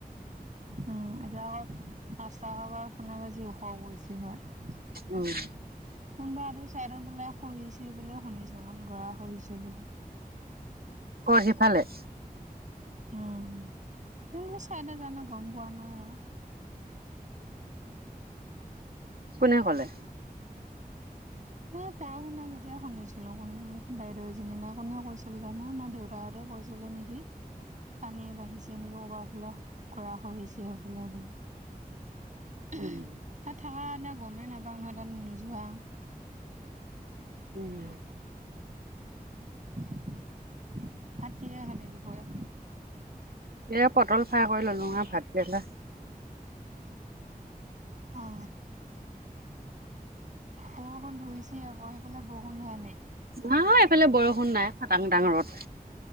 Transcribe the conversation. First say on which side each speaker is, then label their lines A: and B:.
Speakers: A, on the right; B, on the right.
A: উম এতিয়া আকৌ ৰাস্তা হোৱাৰ পৰাচোন‌ যি ওখ হৈ গৈছে হয়।
B: উম।
A: কোনোবা আৰু চাইদৰ বোলে খহিছে বুলিও শুনিছো গৰা খহিছে বুলি।
B: কৰ সিফালে।
A: উম, কোনটো চাইদট জানো গম পোৱা নাই।
B: কোনে ক'লে?
A: সেই পৰোহিনে কেতিয়া শুনিছিলোঁ কোন বাইদেউজনি না কোনে কৈছিল জানো না দেউতাহঁতে। কৈছিলে নেকি। পানী বাঢ়িছে নেকি কৰবাৰ ফালে গৰা খহিছে সেইফালে বুলি।
B: উম
A: তাত থাকা এতিয়া গমেই নাপাওঁ নহয় তাত নোযোৱা
B: উম।
A: ভাত কিহেৰে খালি দুপৰীয়া।
B: এয়া পটল ফ্ৰাই কৰি ললো আৰু ভাত কেইটা
A: অ', বৰষুণ ধৰিছে আকৌ সেইফালে বৰষুণ ধৰা‌ নাই।
B: নাই এইফালে বৰষুণ নাই খাডাং ডাং ৰদ